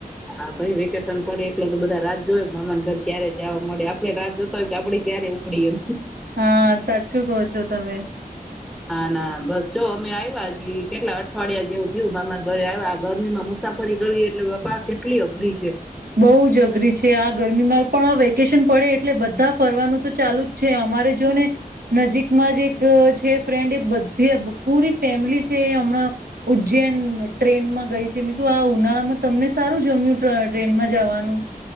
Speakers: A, in the centre; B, on the right (about 75°).
A: હા ભાઈ વેકેશન પડે એટલે તો બધા રાહ જોય મામાને ઘર ક્યારે જવા મળે. આપડણે રાહ જોતા હોય કે આપડે ક્યારે ઉપડીએ.
B: હા સાચું કો છો તમે.
A: ના ના બસ જો અમે આવ્યા હજ. કેટલા અઠવાડિયા જેવું થયું મામા ઘરે આવ્યા. ગરમી માં મુસાફરી કરવી એટલે બાપા કેટલી અઘરી છે.
B: બહુ જ અઘરી છે, આ ગરમીમાં પણ વેકેશન પડે એટલે બધા ફરવાનું તો ચાલુ જ છે. અમારે જો ને નજીકમાં જ એક છે ફ્રેન્ડ એ બધી પૂરી ફેમિલી છે, એ હમણાં ઉજ્જૈન ટ્રેનમાં ગઈ છે. મેં કું આ ઉનાળામાં તમને સારું જમ્યું ટ્રેન માં જવાનું?